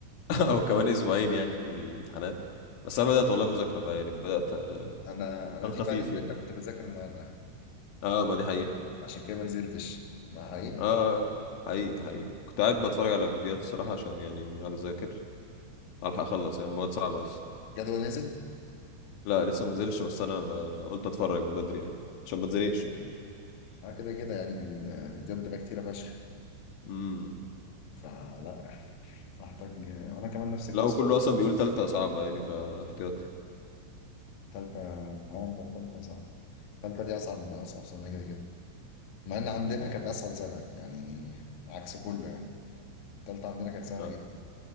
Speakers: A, on the left; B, on the left.
A: <laughs> او كمان اسبوعين يعني من الامتحانات بس انا بدات والله مذاكره بقى يعني بدات على
B: انا انا
A: الخفيف
B: دي فادي ان
A: يعني
B: انت كنت بتذاكر النهارده
A: اه ما دي حقيقه
B: عشان كده ما نزلتش مع حقيقي
A: اه حقيقي حقيقي كنت قاعد بتفرج على فيديوهات الصراحه عشان يعني على ذاكر الحق اخلص يعني مواد صعبه اصلا
B: الجدول نزل
A: لا لسه ما نزلش بس انا ب- قلت اتفرج من بدري يعني عشان ما اتزنقش يعني
B: انا كده كده يعني الفيديوهات بتبقى كتيره فشخ
A: امم
B: فلا محتاج وانا كمان نفس القصه
A: لا وكله اصلا بيقول تالتة صعبة يعني فاحتياطي
B: تالتة معايا تالتة صعب تالتة دي أصعب أصعب سنة كده كده مع ان عندنا كانت اسهل سنه يعني عكس كله يعني التالتة عندنا كانت سهله
A: لا
B: جدا